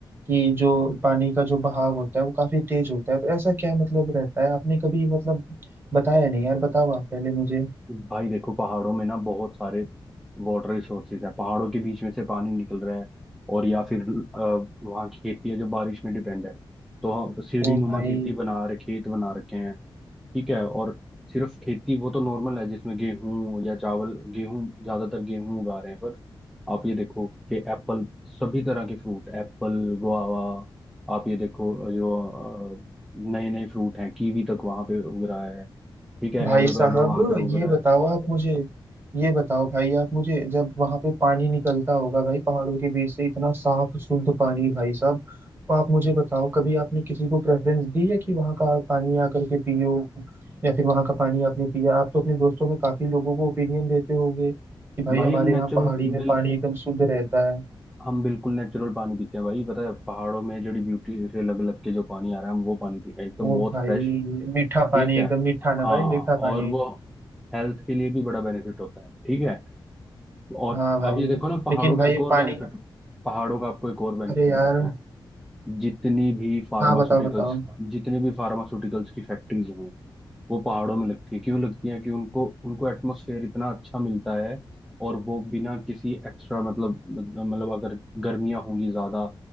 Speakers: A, on the right; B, in the centre.
A: कि जो पानी का जो बहाव होता है वो काफी तेज होता है तो ऐसा क्या मतलब रहता है आपने कभी मतलब बताया नहीं यार बताओ आप पहले मुझे
B: भाई देखो पहाड़ों में ना बहुत सारे वाटर रिसोर्सेज हैं पहाड़ों के बीच में से पानी निकल रहा है और या फिर अ, वहाँ की खेती है जो बारिश में डिपेंड है तो हम सीढ़ी
A: ओ
B: नुमा
A: भाई
B: खेती बना रहे खेत बना रखे हैं ठीक है और सिर्फ खेती वो तो नॉर्मल है जिसमें गेहूं या चावल गेहूं ज्यादातर गेहूं उगा रहे हैं पर आप ये देखो कि एप्पल सभी तरह के फ्रूट एप्पल गुआवा आप ये देखो जो नए नए फ्रूट हैं कीवी तक वहां पे उग रहा है ठीक है
A: भाई
B: एवोकाडो
A: साहब
B: वहां पे उग
A: ये
B: रहा
A: बताओ
B: है
A: आप मुझे ये बताओ भाई आप मुझे जब वहां पे पानी निकलता होगा भाई पहाड़ों के बीच से इतना साफ शुद्ध पानी भाई साहब तो आप मुझे बताओ कभी आपने किसी को प्रेफरेंस दी है कि वहां का पानी आकर के पियो या फिर वहां का पानी आपने पिया आप तो अपने दोस्तों में काफी लोगों को ओपिनियन देते होगे कि भाई
B: भाई
A: हमारे
B: हम
A: यहाँ
B: नेचुरल
A: पहाड़ी में
B: बिल
A: पानी एकदम शुद्ध रहता है
B: हम बिल्कुल नेचुरल पानी पीते हैं भाई पता है पहाड़ों में जड़ी ब्यूटी से लग लग के जो पानी आ रहा है हम वो पानी पी रहे हैं एकदम
A: ओ
B: बहुत
A: भाई
B: फ्रेश
A: मीठा
B: ठीक
A: पानी
B: है
A: एकदम मीठा ना
B: हाँ
A: भाई मीठा पानी
B: और वो हेल्थ के लिए भी बड़ा बेनिफिट होता है ठीक है और
A: हाँ भाई
B: आप ये देखो ना पहाड़ों
A: लेकिन भाई
B: का एक और
A: पानी
B: बेनिफिट पहाड़ों का आपको एक और बेनिफिट
A: अरे यार
B: बताता हूँ जितनी भी फार्मास्यूटिकल्स
A: हाँ बताओ बताओ
B: जितने भी फार्मास्यूटिकल्स की फैक्ट्रीज हैं वो पहाड़ों में लगती है क्यों लगती है कि उनको उनको एटमोसफेयर इतना अच्छा मिलता है और वो बिना किसी एक्स्ट्रा मतलब मतलब मतलब अगर गर्मियां होंगी ज्यादा